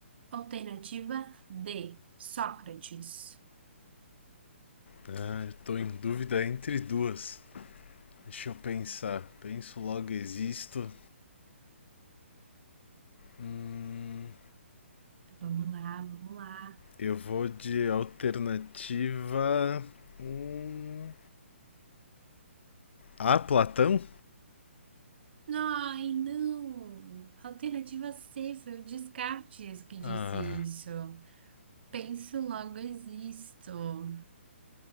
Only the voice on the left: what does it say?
Ah, eu tô em dúvida entre duas. Deixa eu pensar. Penso logo existo. Hum,
eu vou de alternativa. hum, A, Platão?
Ah,